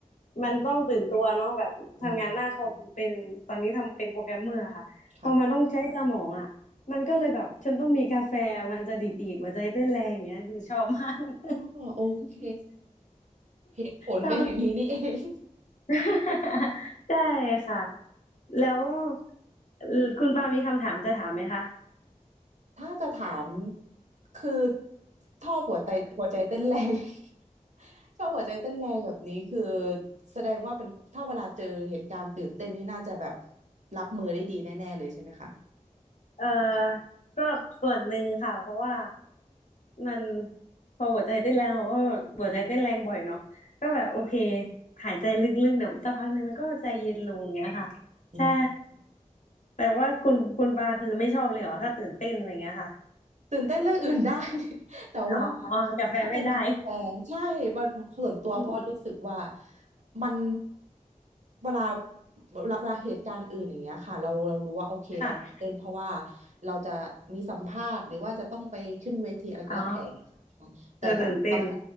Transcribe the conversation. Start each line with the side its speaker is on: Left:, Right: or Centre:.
Left: มันต้องตื่นตัวเนาะแบบทำงานหน้าคอมเป็นตอนนี้ทำเป็นโปรแกรมเมอร์ค่ะพอมันต้องใช้สมองอะมันก็เลยแบบฉันต้องมีกาแฟมันจะดีดๆหัวใจเต้นแรงอย่างเงี้ยคือชอบมาก
Right: อืมค่ะอ๋อโอเค
Left: <laughs>
Right: เหตุผลเป็นอย่างนี้นี่เอง
Left: ชอบ <laughs> ใช่ค่ะแล้วเอ่อคุณปามีคำถามจะถามไหมคะ
Right: ถ้าจะถามคือชอบหัวใจหัวใจเต้นแรง <laughs> ชอบหัวใจเต้นแรงแบบนี้คือแสดงว่าเป็นถ้าเวลาเจอเหตุการณ์ตื่นเต้นนี่น่าจะแบบรับมือได้ดีแน่ๆเลยใช่ไหมคะ
Left: เออก็ส่วนหนึ่งค่ะเพราะว่ามันพอหัวใจเต้นแรงเราก็หัวใจเต้นแรงบ่อยเนาะก็แบบโอเคหายใจลึกๆเดี๋ยวสักพักหนึ่งมันก็ใจเย็นลงเงี้ยค่ะ
Right: อืม
Left: ใช่แต่ว่าคุณคุณปาคือไม่ชอบเลยเหรอถ้าตื่นเต้นอะไรเงี้ยค่ะ
Right: ตื่นเต้นเรื่องอื่นได้ <laughs> แต่ว่า
Left: อ๋อกาแฟนไม่ได้
Right: ถ้าเป็นกาแฟใช่มันส่วนตัวเพราะรู้สึกว่า
Left: <laughs> อืมๆ
Right: มันเวลาเวลาเวลาเหตุการณ์อื่นอย่างเงี้ยค่ะเราเรารู้ว่าโอเคเราตื่นเต้นเพราะว่า
Left: ค่ะ
Right: เราจะมีสัมภาษณ์หรือว่าจะต้องไปขึ้นเวทีอะไรก็แล้วแต่
Left: อ๋อ
Right: แต่กับกาแฟ
Left: จะตื่นเต้น